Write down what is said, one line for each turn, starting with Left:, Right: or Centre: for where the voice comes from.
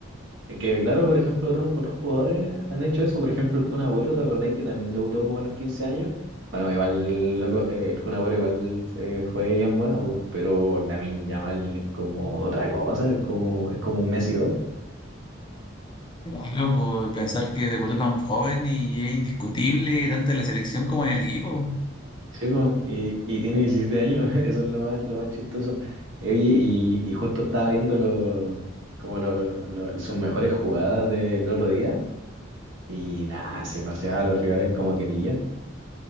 Right: que claro, por ejemplo, otros, otros jugadores han hecho eso. Por ejemplo, el Kun Agüero, ¿te acordáis que también debutó como a los 15 años? Bueno, igual loco, eh, el Kun Agüero igual eh, fue bien bueno, pues, pero Lamine Yamal es como otra cosa, es como, es como un Messi dos
Left: Bueno, pues, pensar que debutó tan joven y es indiscutible tanto en la selección como en el equipo.
Right: Sí, po, y, y tiene 17 años, <laughs> eso es lo más, lo más chistoso. Eh, Y, y- y justo estaba viendo lo- como lo- lo- lo- sus mejores jugadas del otro día y nada, se paseaba a los rivales como quería.